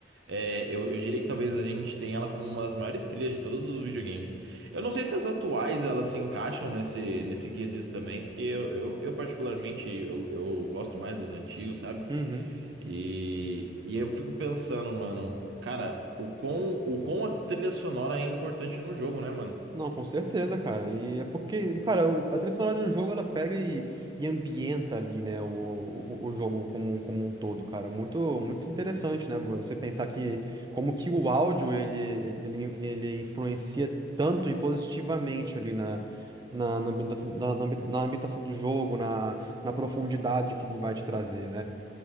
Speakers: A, on the right; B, on the right.
A: É, eu, eu diria que talvez a gente tenha ela como uma das maiores trilhas de todos os videogames. Eu não sei se as atuais elas se encaixam nesse, nesse quesito também, porque eu, eu, eu particularmente eu, eu gosto mais dos antigos, sabe?
B: Uhum.
A: E, e eu fico pensando, mano, cara, o quão, o quão a trilha sonora é importante no jogo, né, mano?
B: Não, com certeza, cara. E é porque, cara, o- a trilha sonora de um jogo ela pega e, e ambienta ali, né, o, o, o jogo como, um- como um todo, cara. Muito, muito interessante, né? Você pensar que como que o áudio ele, ele, ele influencia tanto e positivamente ali na, na, na ambientação, na, na ambi- na ambientação do jogo, na, na profundidade que ele vai te trazer, né?